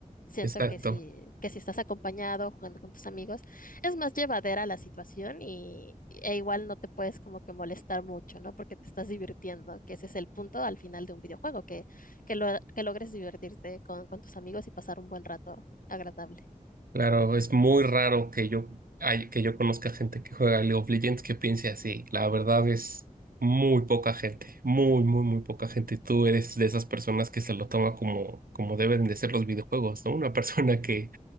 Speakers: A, on the left; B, on the right.
A: Siento
B: exacto.
A: que si, que si estás acompañado, jugando con tus amigos, es más llevadera la situación y, e igual no te puedes como que molestar mucho, ¿no? Porque te estás divirtiendo, que ese es el punto al final de un videojuego, que, que, lo- que logres divertirte con, con tus amigos y pasar un buen rato agradable.
B: Claro, es muy raro que yo, hay- que yo conozca gente que juega League of Legends que piense así. La verdad es muy poca gente, muy, muy, muy poca gente. Tú eres de esas personas que se lo toma como, como deben de ser los videojuegos, ¿no? Una persona que